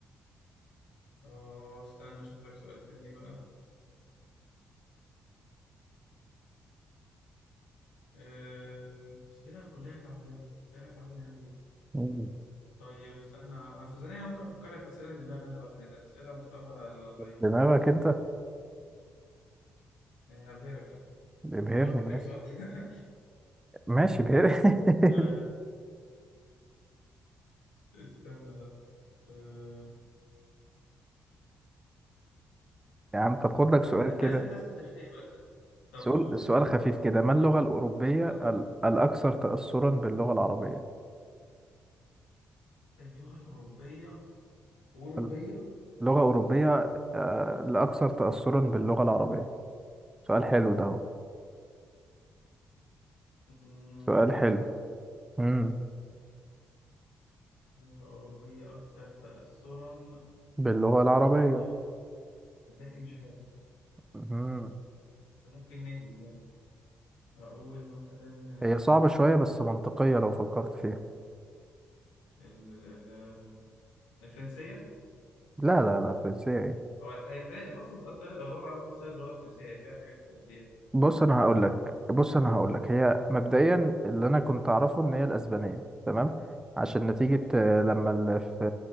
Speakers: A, on the left; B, on the right.
A: اه استنى اشوف لك سؤال تاني بقى أه، اسئلة كلها تعبانة اسئلة تعبانة قوي
B: مم.
A: طيب استنى في ثانية أنا ممكن أفكر لك في أسئلة من دماغي أنا بقى لأن أسئلة مستوى ضعيف
B: دماغك أنت
A: يعني هبهرك
B: ابهرني
A: أنت قصدك
B: ماشي
A: إيه بالسؤال ده؟
B: ماشي ابهرني
A: <laughs> آه،
B: <laughs>
A: استنى لا آه،
B: يا عم طب خد لك
A: ما
B: سؤال
A: أنت أنت
B: كده
A: عايز أحداث تاريخية ولا أحداث طب
B: سؤال
A: قول قول
B: سؤال
A: قول
B: خفيف كده ما اللغة الأوروبية
A: طب
B: ال- الأكثر تأثرا باللغة العربية
A: اللغة الأوروبية أوروبية
B: ال- لغة أوروبية آه، الأكثر تأثرا باللغة العربية سؤال حلو ده أهو
A: مم،
B: سؤال حلو امم
A: لغة أوروبية أكثر تأثرا
B: باللغة العربية
A: مش عارف صدقني مش عارف
B: امم
A: بس ممكن نهبد يعني أقول مثلا آه،
B: هي صعبة شوية بس
A: أكيد
B: منطقية لو فكرت فيها
A: ال- ال- ال- الفرنسية
B: لا لا لا فرنسية إيه
A: هو هي فيها مصر اتأثرت أو اللغة العربية اتأثرت باللغة الفرنسية هي فيها حاجات فيها
B: بص انا هقول
A: بس
B: لك بص انا هقول لك
A: هو-
B: هي مبدئيا اللي انا كنت اعرفه ان هي الاسبانيه تمام عشان نتيجه
A: أوكي
B: آه، لما ال... في